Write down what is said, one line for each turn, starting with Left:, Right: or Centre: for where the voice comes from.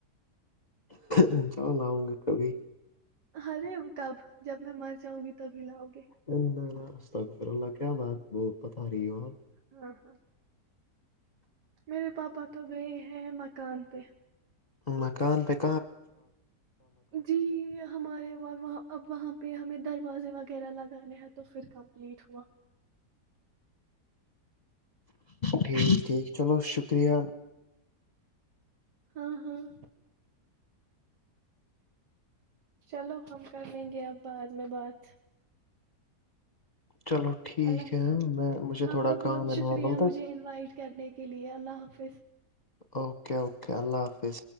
Left: ان چال آؤں گا کبھی
Right: ارے کب جب میں مر جاؤں گی تب ہی لاؤں گی
Left: ان تقر اللہ کیا بات وہ بتا رہی ہو آپ
Right: ہاں ہاں میرے پاپا تو گئے ہیں مکان پہ
Left: مکان پک
Right: جی ہمارے اب وہاںہ ہمیں دروازے وغیرہ لگانے ہیں تو پھر کمپلیٹ ہوا
Left: ٹھیک ٹھیک چلو شکریہ
Right: ہاں ہاں چلو ہم کر لیں گے اب بعد میں بات
Left: چلو ٹھیک
Right: اللہ حافظ
Left: ہے میں مجھے
Right: آپ
Left: تھوڑا
Right: کا
Left: کام
Right: بہت
Left: ہے
Right: شکریہ
Left: ناربل تک
Right: مجھے انوائٹ کرنے کے لیے اللہ حافظ
Left: اوکے اوکے کیا اللہ حافظ